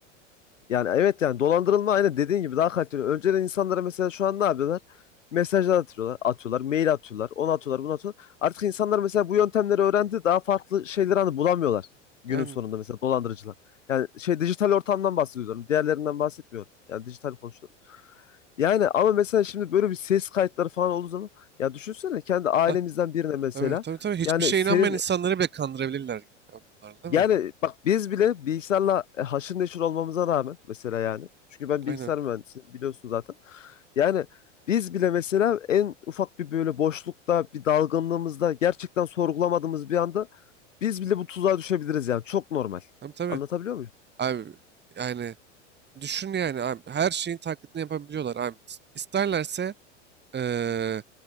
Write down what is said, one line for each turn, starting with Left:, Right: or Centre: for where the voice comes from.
Left: yani evet yani dolandırılma aynen dediğin gibi daha kaliteli. Önceden insanlara mesela şu an ne yapıyorlar? Mesajlar atıyorlar, atıyorlar, mail atıyorlar, onu atıyorlar, bunu atıyorlar. Artık insanlar mesela bu yöntemleri öğrendi, daha farklı şeyleri hani bulamıyorlar günün
Right: Aynen.
Left: sonunda mesela dolandırıcılar. Yani şey dijital ortamdan bahsediyorum, diğerlerinden bahsetmiyorum. Yani dijital konuşuyoruz. Yani ama mesela şimdi böyle bir ses kayıtları falan olduğu zaman ya düşünsene kendi ailemizden
Right: Ha,
Left: birine mesela
Right: evet tabii tabii. Hiçbir
Left: yani
Right: şeye
Left: senin
Right: inanmayan insanları bile kandırabilirler gibi ya bunlar değil
Left: yani
Right: mi?
Left: bak biz bile bilgisayarla e, haşır neşir olmamıza rağmen mesela yani. Çünkü ben bilgisayar
Right: Aynen.
Left: mühendisiyim biliyorsun zaten. Yani biz bile mesela en ufak bir böyle boşlukta bir dalgınlığımızda gerçekten sorgulamadığımız bir anda biz bile bu tuzağa düşebiliriz yani. Çok normal.
Right: Tabii tabii.
Left: Anlatabiliyor muyum?
Right: Abi yani Düşün yani abi. Her şeyin taklidini yapabiliyorlar abi. İs- İsterlerse eee,